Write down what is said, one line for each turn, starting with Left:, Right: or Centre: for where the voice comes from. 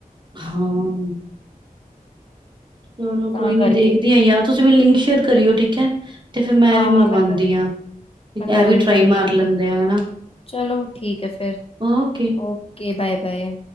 Right: ਹਾਂ ਚਲੋ
Left: ਤਾਂ
Right: ਕੋਈ ਨੀ
Left: ਕਰਕੇ
Right: ਦੇਖਦੀ ਆ ਯਾਰ ਤੁਸੀਂ ਮੈਨੂੰ ਲਿੰਕ ਸ਼ੇਅਰ ਕਰਿਓ ਠੀਕ ਹੈ ਤੇ ਫੇਰ
Left: ਹਾਂ
Right: ਵੀ ਮੰਗਵਾਉਂਦੀ
Left: ਹਾਂ ਮੈਂ
Right: ਹਾਂ ਇਹ
Left: ਮੈਂ ਕਰਾਂਗੀ
Right: ਵੀ ਟਰਾਈ
Left: ਤੁਹਾਨੂੰ ਲਿੰਕ
Right: ਮਾਰ ਲੈਂਦੇ ਆ ਹਨਾ
Left: ਚਲੋ ਠੀਕ ਹੈ ਫਿਰ
Right: ਓਕੇ।
Left: Okay bye -bye